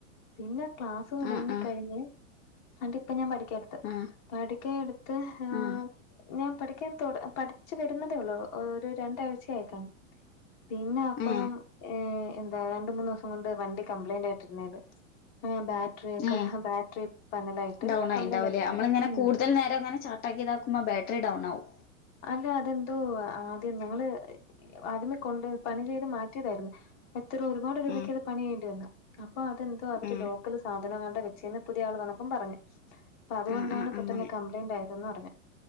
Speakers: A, on the left (about 40°); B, on the left (about 25°).
A: പിന്നെ ക്ലാസ്സ് തുടങ്ങി
B: ആ ആ
A: കഴിഞ്ഞ് വട്ടി ഇപ്പ ഞാൻ പഠിക്ക എടുത്ത്.
B: ആ
A: പഠിക്കാ എടുത്ത അ്
B: ആ
A: ഞാൻ പഠിക്കാൻ തു പഠിച്ചു വരുന്നതേ ഉള്ളൂ ഒരു രണ്ടാഴ്ചയക്കാണ്. പിന്നെ അപ്പം
B: ആ
A: ഏ ന്താ രണ്ട മൂന്ന് ദിവസം കൊ വണ്ടി കപ്ലയ്ന്റ് ആയിട്ടിരുന്ന ബ ഒഒക്കെ
B: ഉം
A: ബാറ്ററി പനല ആയിട്ട്
B: ഡൗൺ ആയിണ്ടാവൂലേ
A: കംപ്ലൈന്റ് ആയിട്ട് തന്ന
B: നമ്മളിങ്ങനെ
A: ഉ
B: കൂടുതൽ നേരം അങ്ങനെ ചാർട്ടാക്കിയ ഇതാക്ക്പ ബറ്ററി ഡൗൺ ആകും
A: അല്ല അതെന്തോ ആദ്യം ങ്ങള് ആദ്യമേ കൊണ്ട് പണി ചെയ്ത് മാറ്റിയതായിരുന്നു എത്ര ഒരുപാട് രൂപയ്ക്ക്
B: ഉം
A: അത് പണിയേണ്ടി വന്നു അപ്പോ അതെന്തോ അവര്
B: ഉം
A: ലോക്കൽ സാധനം കണ്ട വെച്ചന്ന് പുതിയ ആൾ വന്നപ്പം പറഞ്ഞു അപ്പൊ അതുകൊണ്ടാണ്
B: ആ ആ
A: പെട്ടെന്ന്
B: അങ്ങനെ
A: കംപ്ലൈന്റ് ആയതെന്ന് പറഞ്ഞു